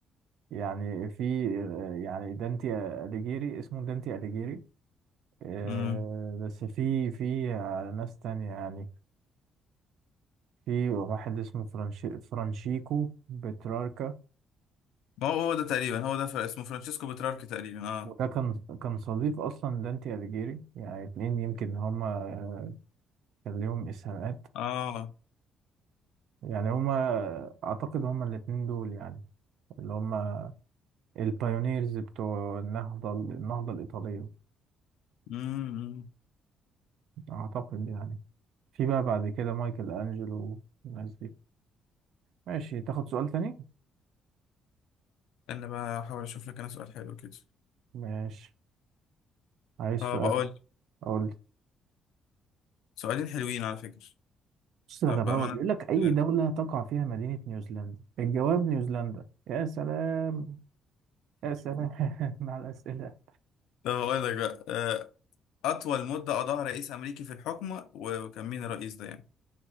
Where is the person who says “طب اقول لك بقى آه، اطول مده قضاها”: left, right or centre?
Left